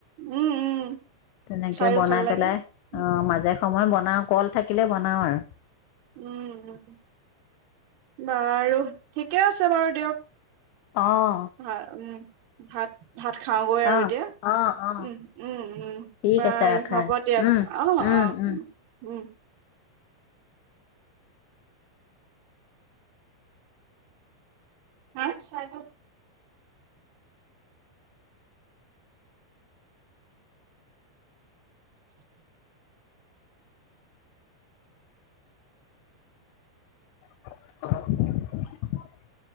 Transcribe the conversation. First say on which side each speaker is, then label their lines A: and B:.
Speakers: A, on the right; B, on the left.
A: উম
B: তেনেকে
A: খাইও
B: বনাই
A: ভাল
B: পেলাই
A: লাগে। উম
B: অ মাজে।। মই বনাওঁ কল থাকিলে বনাওঁ আৰু।
A: উম বাৰু ঠিকে আছে বাৰু দিয়ক।
B: অ',
A: হয় উম ভাত।। ভাত খাওঁগৈ আৰু
B: অ',
A: এতিয়া
B: অ', অ',
A: উ উ
B: ঠিক
A: বাৰু
B: আছে ৰাখা
A: হ'ব দিয়ক
B: উম,
A: অ
B: উম,
A: অ
B: উম।
A: ও। হ <inaudible> উমচ উমচ
B: <inaudible>